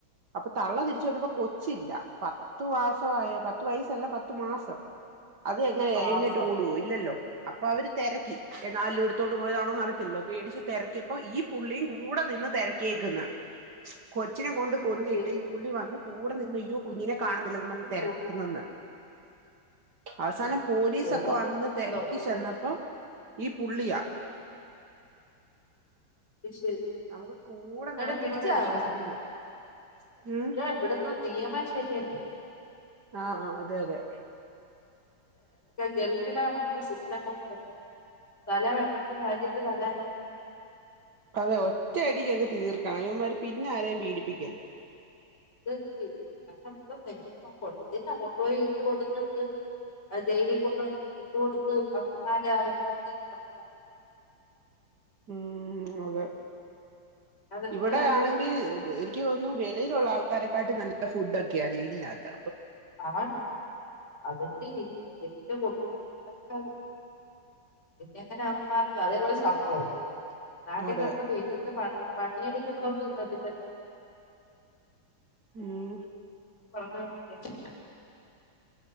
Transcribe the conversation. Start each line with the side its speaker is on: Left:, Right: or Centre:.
Right: അപ്പൊ തള്ള തിരിച്ചു വന്നപ്പോ കൊച്ചില്ല പത്തു മാസം ആയ പത്തു വയസല്ല പത്തു മാസം അത്
Left: പത്ത്
Right: എങ്ങനെ
Left: മാസം
Right: എഴുന്നേറ്റ് ഓടുവോ ഇല്ലല്ലോ അപ്പൊ അവര് തെരക്കി എന്നാ അലും എടുത്തോണ്ട് പോയതാണോന്ന് അറിയത്തില്ലോ പേടിച്ച് തെരക്കിയപ്പോ ഈ പുള്ളിയും കൂടെ നിന്ന് തിരക്കിയേക്ക്ന്ന് കൊ ച്ചിനെ കൊണ്ട് കൊന്നിട്ടേ
Left: ശരിക്കും
Right: വര് വന്ന് കൂടെ നിന്ന് യ്യോ കുഞ്ഞിനെ കാണ്ന്നില്ലന്നും പറഞ്ഞ് തെരക്ക്ന്ന്
Left: കൊണ്ടേ
Right: എന്ന് അവസാനം
Left: അങ്ങനെ
Right: പോലീസൊക്കെ
Left: തോന്നുന്നുണ്ടോ
Right: വന്ന് തെരക്കി
Left: ഒരു
Right: ചെന്നപ്പോ ഈ പുള്ളിയാ
Left: ദ്ശ് ന്നട
Right: നമുക്ക് കൂടെ നടക്കുന്നവരെ
Left: പിടിച്ചാ
Right: വിശ്വസിക്കാൻ
Left: അവൻ്റെ
Right: പറ്റും ഉം
Left: ഇാ ഇവ്ടത്തെ നിയമം ശരിയല്ലാ
Right: ആ ആ അതെ അതെ
Left: ഗൾഫില കണകക്കൊ സിസ്റ്റം കൊണ്ട് തല വെട്ടണ്ട കാര്യത്ത് തല അന്നെ വെ
Right: അതെ ഒറ്റയടിക്കങ്ങ് തീർ കായകന്മാര് പിന്നെ ആരെയും പീഡിപ്പിക്കല്ല്
Left: <inaudible> കൊണ്ടുപോയി ഇട്ട് കൊടുത്തിട്ട് ആ ജയിലി കൊണ്ട് ഫുഡ് കൊടുത്ത് അവക്ക <inaudible> വലുതാക്കി <inaudible>
Right: ഉം അതെ
Left: അതെന്ത്
Right: ഇവിടെ
Left: കാര്യം
Right: ആണെങ്കി ഇവ് എനി ക്ക് തോന്നുന്നു വെളിയിലൊള്ള ആൾക്കാരെക്കാട്ട് നല്ല ഫുഡൊക്കെയാ ജെയിലിനാത്ത്
Left: ആ അതല്ലേ <unintelligible> പിന്നെ എങ്ങനാ അവമാർക്ക് അതേപോലെ ശമ്പളോം നാട്ടി
Right: അതെ
Left: കെടന്ന് വെയിലത്ത് പണി പണിയെടുക്കുന്നവർക്ക് കിട്ടത്തില്ലല്ലേ
Right: ഉം
Left: <unintelligible>